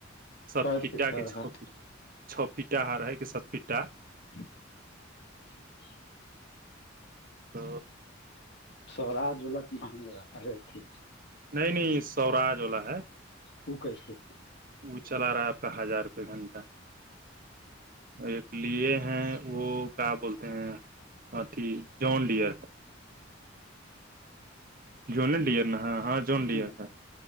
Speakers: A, on the right (about 45°); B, on the left (about 60°).
A: سپ
B: ک
A: پٹا
B: فٹ ہو
A: کے
B: رہا
A: چو پیٹا ہر ہے کہ ست پٹا
B: <unintelligible>
A: تو
B: سووراج ولٹ مہندرا ارے تھی
A: نہیں نہیں سوراج والا ہے
B: وہ کیسے
A: وہ چلا رہا ہے آپ کا ہزار روپے گھنٹہ اور ایک لیے ہیں وہ کیا بولتے ہیں اھی جون ڈئر ہے جون ڈیئر ن ہاں ہاں جون ڈیئر
B: ہ
A: ہے